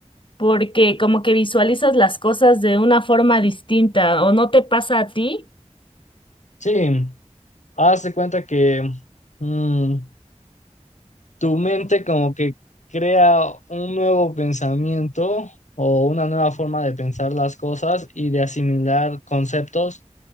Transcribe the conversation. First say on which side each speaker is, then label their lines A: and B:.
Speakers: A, on the left; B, on the left.
A: porque como que visualizas las cosas de una forma distinta, ¿o no te pasa a ti?
B: Sí, haz de cuenta que mm, tu mente como que crea un nuevo pensamiento o una nueva forma de pensar las cosas y de asimilar conceptos